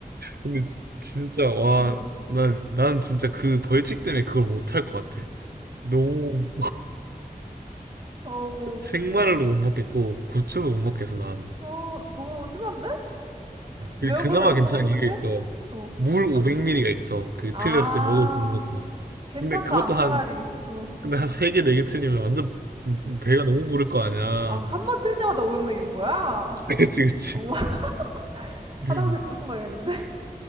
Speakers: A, on the right (about 85°); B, on the right (about 30°).
A: 근데 진짜 와,
B: 음,
A: 난, 난 진짜 그 벌칙 때문에 그걸 못할 것 같아. 너무
B: 어우,
A: 생마늘도
B: 좀,
A: 못 먹겠고 고추도 못 먹겠어 나는.
B: 어, 너무 심한데?
A: 그-
B: 매운
A: 그나마
B: 거 잘 못
A: 괜찮은
B: 먹으면
A: 게
B: 어떡해?
A: 있어.
B: 어,
A: 물 500ml가 있어. 그
B: 아,
A: 틀렸을 때 먹을 수 있는 것 중에.
B: 괜찮다,
A: 근데 그것도 한,
B: 차라리. 어,
A: 근데 한 3개, 4개 틀리면 완전 배가 너무 부를 거 아니야.
B: 아, 한 번 틀 때마다 500ml인 거야?
A: <laughs> 그치, 그치.
B: 어, <laughs> 화장실
A: 음.
B: 무조건 가야겠는데?